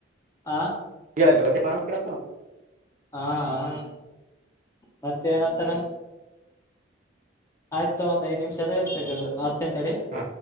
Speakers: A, on the left; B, on the right.
A: ಆ
B: ಏ ಇವತ್ತೇ ಬಾ ಅಂತ ಕೇಳತಾನ್.
A: ಹಾ ಹ ಮತ್ತ ಏನಂತರ. ಆಯ್ತು ತೋ ಒಂದ್ ಐದ್ ನಿಮಿಷ ಅದ ಇರ್ತಾ ಕದ ನಾ ಹಸ್ತಿನಿ ತಡಿ.
B: ಹ್ಮ್